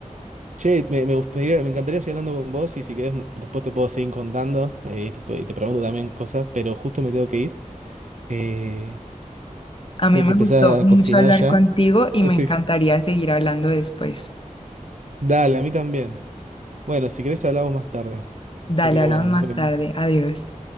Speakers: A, on the right (about 65°); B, on the left (about 40°).
A: Che, me, me gustaría, me encantaría seguir hablando con vos y si querés m- después te puedo seguir contando eh, y te, pu- y te pregunto también cosas, pero justo me tengo que ir. Eh,
B: A mí
A: tengo
B: me
A: que empezar
B: gustó
A: a
B: mucho
A: cocinar
B: hablar
A: ya.
B: contigo
A: <laughs>
B: y
A: Así,
B: me encantaría
A: que,
B: seguir hablando después.
A: dale, a mí también. Bueno, si querés hablamos más tarde.
B: Dale,
A: Así que
B: hablamos
A: bueno, nos
B: más
A: vemos.
B: tarde. Adiós.